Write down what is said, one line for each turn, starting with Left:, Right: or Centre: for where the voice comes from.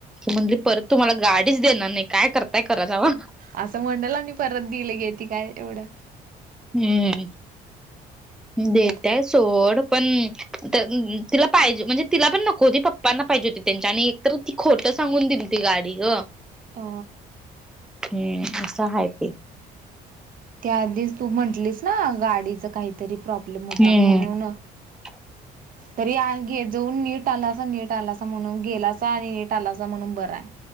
Centre: म्ह परत तुम्हाला गाडीच देणार नाही. काय करताय करा जावा.
Right: असं म्हणल आणि परत दिल गे ती काय एवढं.
Centre: हम्म. देत्याय
Right: तर
Centre: सोड. पण त तिला पाहिजे म्हणजे तिला पण नको होती पप्पांना पाहिजे होती त्यांच्या. आणि तर ती खोटं सांगून दिलती गाडी ग.
Right: अ.
Centre: हम्म. असं हाय ते.
Right: त्याआधीच तू म्हटलीस ना, गाडीचा काहीतरी प्रॉब्लेम होता
Centre: हम्म
Right: म्हणून.
Centre: <inaudible>
Right: तरी आ गे जाऊन नीट आलासा नीट आलासा म्हणून गेलासा आणि नीट आलासा म्हणून बर आहे.